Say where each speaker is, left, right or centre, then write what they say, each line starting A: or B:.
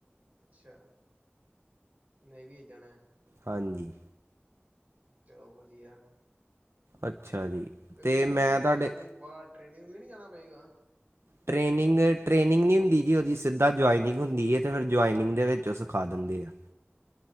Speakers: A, on the right (about 35°); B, on the right (about 75°).
A: ਅੱਛਾ, ਨੇਵੀ ਏਚ ਜਾਣੈ।
B: ਹਾਂਜੀ।
A: ਚਲੋ ਵਦੀਐ।
B: ਅੱਛਾ ਜੀ।
A: ਤੇ ਨੇਵੀ
B: ਮੈਂ
A: ਲਈ
B: ਤੁਹਾਡੇ
A: ਧਾਨੂੰ ਬਾਰ ਟ੍ਰੇਨਿੰਗ ਲਈ ਨੀ ਜਾਣਾ ਪਏਗਾ?
B: ਟ੍ਰੇਨਿੰਗ-ਟ੍ਰੇਨਿੰਗ ਨੀ ਹੁੰਦੀ ਜੀ ਓਦੀ ਸਿੱਧਾ ਜੁਆਇਨਿੰਗ ਹੁੰਦੀ ਏ ਤੇ ਫੇਰ ਜੁਆਇਨਿੰਗ ਦੇ ਵੇਚ ਓ ਸਖਾ ਦੇਂਦੇ ਆ।